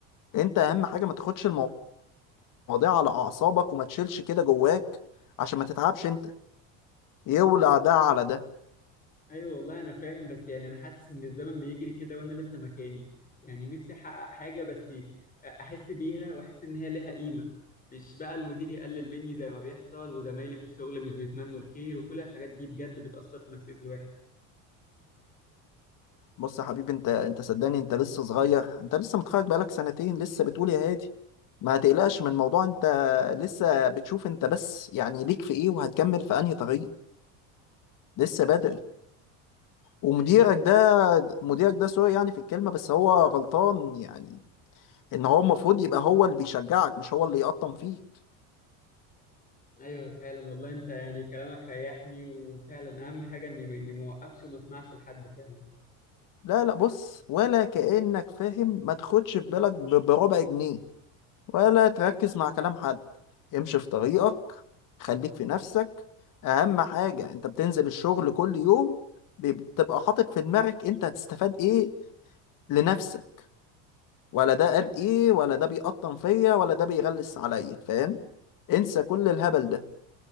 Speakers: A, on the left (about 55°); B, on the left (about 20°).
A: انت اهم حاجه ما تاخدش المواضيع على اعصابك وما تشيلش كده جواك عشان ما تتعبش انت يولع ده على ده
B: ايوه والله انا فاهم بس يعني انا حاسس ان الزمن بيجري كده وانا لسه مكاني يعني نفسي احقق حاجه بس آه، احس بيها واحس ان هي لها قيمه مش بقى المدير يقلل مني زي ما بيحصل وزمايلي في الشغل مش بيتمنوا الخير وكل الحاجات دي بجد بتأثر في نفسية الواحد
A: بص يا حبيبي انت انت صدقني انت لسه صغير انت لسه متخرج بقالك سنتين لسه بتقول يا هادي ما هتقلقش من الموضوع انت لسه بتشوف انت بس يعني ليك في ايه وهتكمل في انهي طريق لسه بدري ومديرك
B: ايوه
A: ده مديرك ده سوري يعني في الكلمة بس هو غلطان يعني ان هو المفروض يبقى هو اللي بيشجعك مش هو اللي يقطم فيك
B: ايوه فعلا والله انت يعني كلامك ريحني وفعلا اهم حاجه اني اني ما اوقفش وما اسمعش لحد فعلا
A: لا لا بص ولا كأنك فاهم ما تاخدش في بالك ب- بربع جنيه ولا تركز مع كلام حد امشي في طريقك خليك في نفسك اهم حاجة انت بتنزل الشغل كل يوم بتبقى حاطط في دماغك انت هتستفاد ايه لنفسك ولا ده قال ايه ولا ده بيقطن فيا ولا ده بيغلس عليا فاهم انسى كل الهبل ده